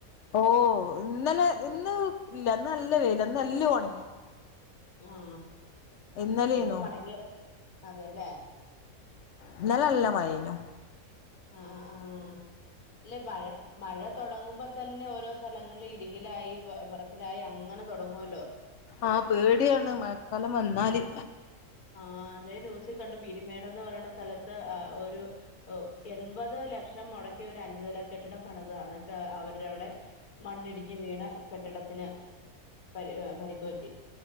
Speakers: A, on the left; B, on the left.
A: ഓ ഇന്നലെ ഇന്ന് ഇല്ല ഇന്ന് നല്ല വെയിലാ ഇന്ന് എല്ലതും ഒണങ്ങി
B: ആ
A: ഇന്നലേന്നു
B: ഇപ്പം മടങ്ങിയ അതേല്ലേ
A: ഇന്നലല്ല മഴെനു
B: ആ ആഹ അല്ലെ മഴ മഴ തൊടങ്ങുമ്പോ തന്നെ ഓരോ സ്ഥലങ്ങളില് ഇടിങ്ങിലായി ലായി അങ്ങനെ തൊടങ്ങുവല്ലോ?
A: ആഹ് പേടിയാണ് മഴക്കാലം വന്നാല്
B: ആ അതെ ന്യൂസി കണ്ട് പീരുമേട് എന്ന് പറയണ സ്ഥലത്ത് ഏഹ് ഒരു ഏഹ് എൺപത് ലക്ഷം മൊടക്കി ഒര് അഞ്ചുനില കെട്ടിടം പണിതതാ എന്നിട്ട് ഏഹ് അവരടെ അവിടെ മണ്ണിടിഞ്ഞ് വീണ് കെട്ടിടത്തിന് പരി ഏഹ് പരിക്ക് പറ്റി.